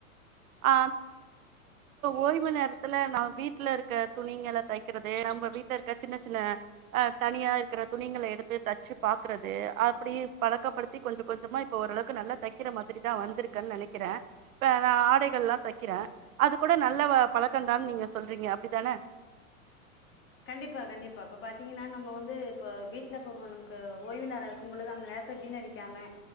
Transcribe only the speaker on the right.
ஆ ஓய்வு நேரத்துல நான் வீட்ல இருக்க துணிங்களை தக்கறது நம்ம வீட்ல இருக்க சின்ன சின்ன ஆ தனியா இருக்கிற துணிங்களை எடுத்து தச்சு பாக்குறது அப்பிடி பழக்கப்படுத்தி கொஞ்சம் கொஞ்சமா இப்ப ஓரளவுக்கு நல்லா தெக்கிற மாரிதான் வந்திருக்கன்னு நனைக்கிறேன் இப்ப நான் ஆடைகள் எல்லாம் தைக்கிறேன் அது கூட நல்ல பழக்கம் தான்னு நீங்க சொல்றீங்க அப்ப தானே